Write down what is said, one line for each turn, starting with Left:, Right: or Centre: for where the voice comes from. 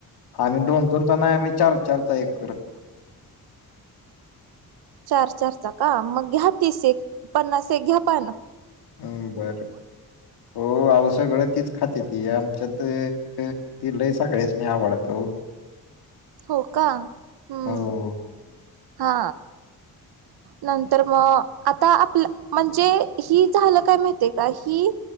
Left: आम्ही दोन दोनचा नाही, आम्ही चार चार, चा एक करतो.
Right: चार चार चा का? मग घ्या तीस एक, पन्नास एक घ्या पान.
Left: हम् बरं. <inaudible> ओ आव सगळं तीच खाते ती. आमच्यात ति लयं सगळयासनी आवडतं ओ.
Right: हो का. हम्म,
Left: हो
Right: <inaudible> हा. नंतर मग, आता आपलं म्हणजे ही झालं काय माहितीय का? ही